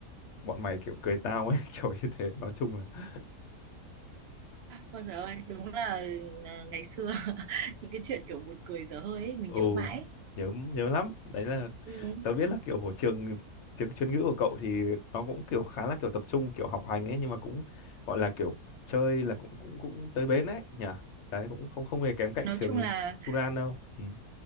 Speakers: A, on the left (about 65°); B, on the right (about 65°).
A: bọn mày kiểu cười tao ấy <laughs> kiểu như thế nói chung là
B: Ôi giời ơi, đúng là ờ, ngày xưa <laughs> những cái chuyện kiểu buồn cười dở hơi ấy, mình
A: ừ
B: nhớ mãi.
A: nhớ nhớ lắm đấy là
B: Ừ.
A: tớ biết là kiểu trường trường chuyên ngữ của cậu thì nó cũng kiểu khá là kiểu tập trung kiểu học hành ấy nhưng mà cũng gọi là kiểu chơi là cũng cũng cũng tới bến ấy nhỉ đấy cũng không không hề kém cạnh
B: Nói
A: trường
B: chung là
A: Churan đâu ừ.